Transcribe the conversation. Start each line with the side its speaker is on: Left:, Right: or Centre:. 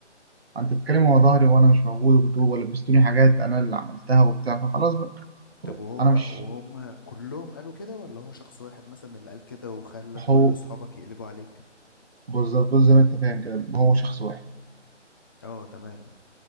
Right: انت بتتكلم ورا ظهري وانا مش موجود وبتقول ولبستوني حاجات انا اللي عملتها وبتاع فخلاص
Left: طب وهو
Right: انا مش
Left: وهم كلهم قالوا كده ولا هو شخص واحد مثلا اللي قال كده وخلى
Right: هو
Left: كل صحابك يقلبوا عليك
Right: بالظبط بالظبط زي ما انت فاهم كده هو شخص واحد
Left: اه تمام